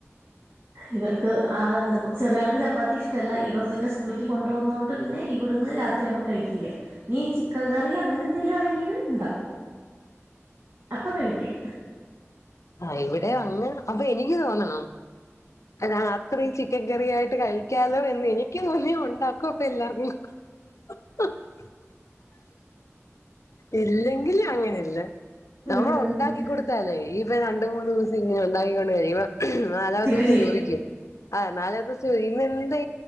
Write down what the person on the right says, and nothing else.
ഇവർക്ക് ആഹ് എന്താ ചെറിയ ആൾക്ക് ചപ്പാത്തി ഇഷ്ട്ടല്ല ഇവ് പിന്നെ സ്കൂളിക്ക് കൊണ്ട് പോവുന്നോണ്ട് പിന്നെ ഇവിടുന്ന് രാത്രിയാകുമ്പ കഴിക്കില്ല ഇനീ ചിക്കൻ കറി അങ്ങനെ എന്തെലും ആണെങ്കില് ഇണ്ടാക്കും അപ്പൊ കഴിക്കും
ഉം
പിന്നെ